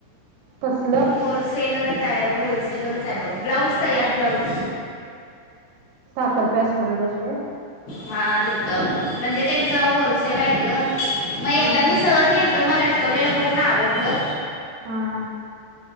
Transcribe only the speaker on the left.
होलसेलच होलसेलरच आहे बघ. ब्लाऊज तयार ब्लाऊज.
हा तिथं, म्हणजे त्यांच होलसेल आहेत ग. मग एकदा
मी
सहज गेलतो. मग लटकवलेला बघून आवडलं.